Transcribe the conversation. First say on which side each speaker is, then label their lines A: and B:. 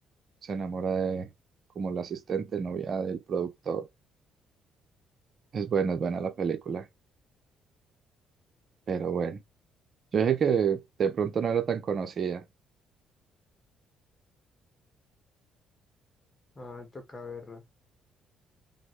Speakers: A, on the right; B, on the left.
A: se enamora de como la asistente, novia del productor. Es buena, es buena la película, pero bueno. Yo dije que de pronto no era tan conocida.
B: Ah, toca verla.